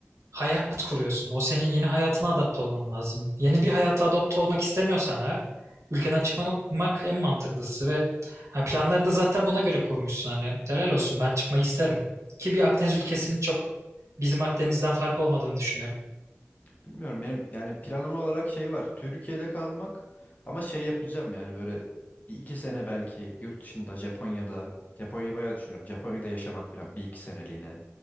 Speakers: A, on the right; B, on the left.
A: hayat kuruyorsun. O senin yeni hayatına adapte olman lazım. Yeni bir hayata adapte olmak istemiyorsan eğer ülkeden çıkmak en mantıklısı ve ha, planlarını da zaten buna göre kurmuşsun. Hani helal olsun ben çıkmayı isterim. Ki bir Akdeniz ülkesinin çok bizim Akdeniz'den farkı olmadığını düşünüyorum.
B: Bilmiyorum benim yani planım olarak şey var. Türkiye'de kalmak ama şey yapacağım yani böyle bir iki sene belki yurt dışında Japonya'da. Japonya'yı bayağı düşünüyorum. Japonya'da yaşamak falan bir iki seneliğine.